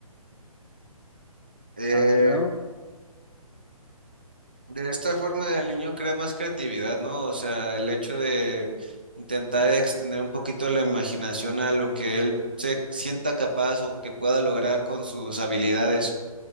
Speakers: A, on the right; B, on the left.
A: Eh,
B: A ver, y luego.
A: De esta forma el niño crea más creatividad, ¿no? O sea, el hecho de intentar extender un poquito la imaginación a lo que él se sienta capaz o que pueda lograr con sus habilidades.